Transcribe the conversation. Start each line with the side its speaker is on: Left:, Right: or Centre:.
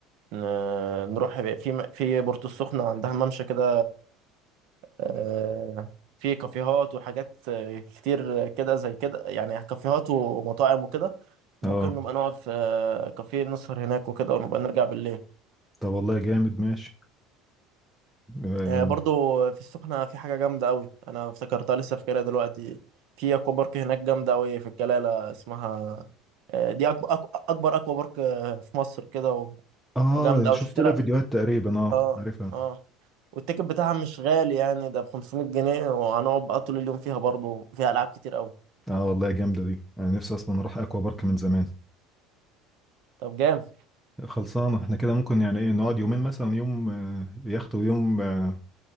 Right: ن- نروح في م- في بورتو السخنه عندها ممشى كده آه، في كافيهات وحاجات آه، كتير كده زي كده يعني كافيهات ومطاعم وكده ممكن
Centre: اه
Right: نبقى نقعد في آه، كافيه نسهر هناك وكده ونبقى نرجع بالليل
Centre: طب والله جامد ماشي اه
Right: آه، برضو في السخنة في حاجة جامدة أوي أنا افتكرتها لسه فاكرها دلوقتي في أكوا بارك هناك جامدة أوي في الجلالة اسمها آه، دي أكبر أكبر أكوا بارك آه، في مصر كده و-
Centre: آه،
Right: وجامدة أوي
Centre: شفت
Right: شفت
Centre: لها
Right: لها
Centre: فيديوهات تقريبا اه
Right: اه
Centre: عارفها
Right: اه والتيكت بتاعها مش غالي يعني ده ب 500 جنيه وهنقعد بقى طول اليوم فيها برضو فيها ألعاب كتير أوي
Centre: اه والله جامده دي انا نفسي اصلا اروح اكوا بارك من زمان
Right: طب جامد
Centre: خلصانه احنا كده ممكن يعني ايه نقعد يومين مثلا يوم آه، يخت ويوم آه،